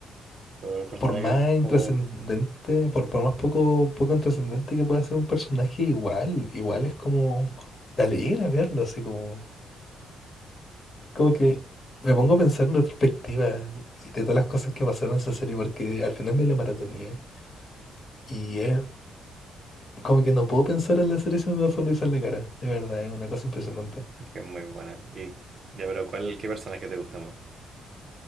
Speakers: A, on the right (about 50°); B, on the left (about 40°).
A: todos los personajes
B: por más intrascendente,
A: como
B: por, por más poco, poco intrascendente que pueda ser un personaje, igual, igual es como, te alegra verlo, así como. Como que me pongo a pensar en retrospectiva y de todas las cosas que pasaron en esa serie, porque al final me la maratoneé y es como que no puedo pensar en la serie sin una sonrisa en la cara. De verdad, es una cosa impresionante.
A: que es muy buena. Y ya, pero ¿cuál, qué personaje te gusta más?